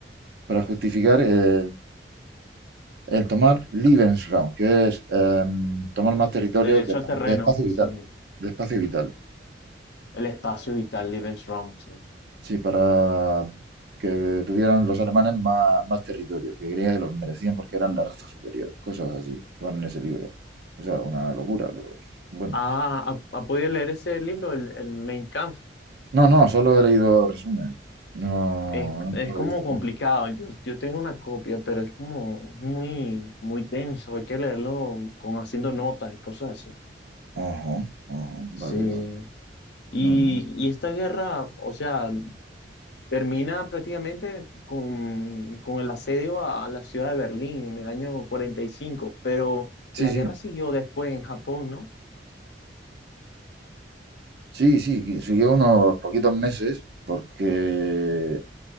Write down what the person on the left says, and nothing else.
Derecho
al terreno,
sí.
El espacio vital, Lebensraum, sí.
Ah, ¿ha, ha podido leer ese libro, el, el Mein Kampf?
Es,
es
como
complicado.
Yo, yo tengo una copia, pero es como muy, muy tenso. Hay que leerlo con haciendo notas y cosas así.
Sí.
Y,
y esta guerra, o sea, termina prácticamente con, con el asedio a la ciudad de Berlín en el año cuarenta y cinco. pero
la
guerra siguió después en Japón, no